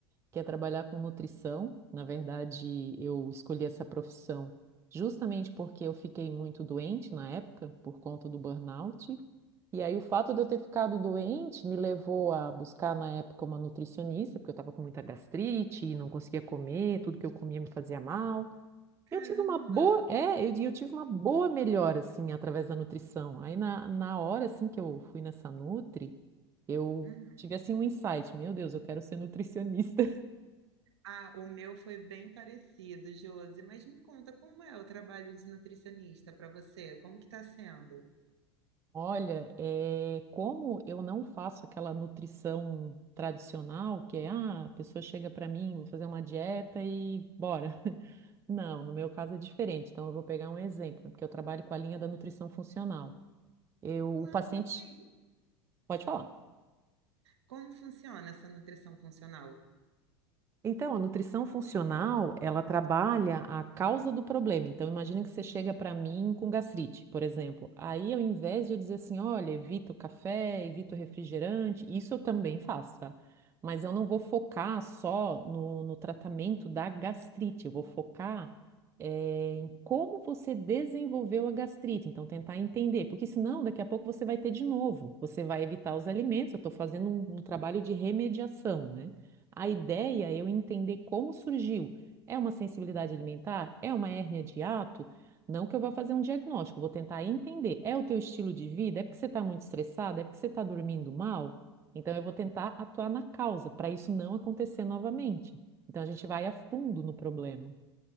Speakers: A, on the right (about 20°); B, on the right (about 70°).
A: que é trabalhar com nutrição. Na verdade, eu escolhi essa profissão justamente porque eu fiquei muito doente na época, por conta do burnout. E aí, o fato de eu ter ficado doente me levou a buscar, na época, uma nutricionista, porque eu estava com muita gastrite, e não conseguia comer, tudo que eu comia me fazia mal.
B: Caramba!
A: Eu tive uma boa, é, eu, di- eu tive uma boa melhora, assim, através da nutrição. Aí, na, na hora, assim, que eu fui nessa Nutri, eu
B: Uhum.
A: tive, assim, um insight, meu Deus, eu quero ser nutricionista.
B: Ah, o meu foi bem parecido, Josi, mas me conta como é o trabalho de nutricionista para você? Como que está sendo?
A: Olha, é, como eu não faço aquela nutrição tradicional, que é, ah, a pessoa chega para mim, vou fazer uma dieta e bora. <laughs> Não, no meu caso é diferente. Então, eu vou pegar um exemplo, né, porque eu trabalho com a linha da nutrição funcional. Eu, o
B: Ah,
A: paciente,
B: como que é isso?
A: pode falar.
B: Como funciona essa nutrição funcional?
A: Então, a nutrição funcional, ela trabalha a causa do problema. Então, imagina que você chega para mim com gastrite, por exemplo. Aí, ao invés de eu dizer assim, olha, evita o café, evita o refrigerante, isso eu também faço, tá? Mas eu não vou focar só no, no tratamento da gastrite, eu vou focar eh, em como você desenvolveu a gastrite. Então, tentar entender, porque senão daqui a pouco você vai ter de novo. Você vai evitar os alimentos, eu estou fazendo um um trabalho de remediação, né? A ideia é eu entender como surgiu. É uma sensibilidade alimentar? É uma hérnia de hiato? Não que eu vá fazer um diagnóstico, eu vou tentar entender. É o teu estilo de vida? É porque você está muito estressado? É porque você está dormindo mal? Então eu vou tentar atuar na causa para isso não acontecer novamente. Então a gente vai a fundo no problema.